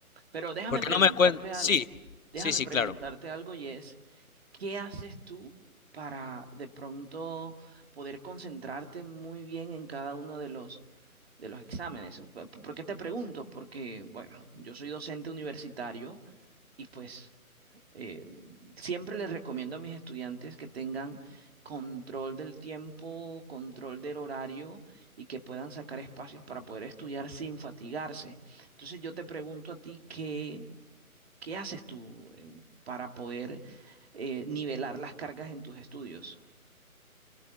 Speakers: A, on the right; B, on the left.
A: pero déjame
B: porque
A: preguntarte
B: no me cuentas.
A: algo.
B: Sí,
A: Déjame
B: sí, sí,
A: preguntarte
B: claro.
A: algo y es, ¿qué haces tú para de pronto poder concentrarte muy bien en cada uno de los de los exámenes. ¿Por por qué te pregunto? Porque, bueno, yo soy docente universitario y pues eh, siempre les recomiendo a mis estudiantes que tengan control del tiempo, control del horario y que puedan sacar espacios para poder estudiar sin fatigarse. Entonces yo te pregunto a ti, ¿qué, qué haces tú eh, para poder eh, nivelar las cargas en tus estudios?